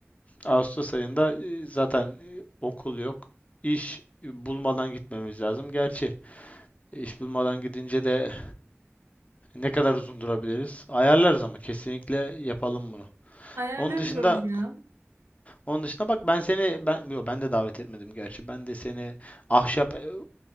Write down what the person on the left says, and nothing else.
Ağustos ayında e, zaten e, okul yok. İş e, bulmadan gitmemiz lazım. Gerçi İş bulmadan gidince de ne kadar uzun durabiliriz? Ayarlarız ama kesinlikle yapalım bunu.
Onun dışında
onun dışında bak ben seni ben yo, ben de davet etmedim gerçi. Ben de seni ahşap e,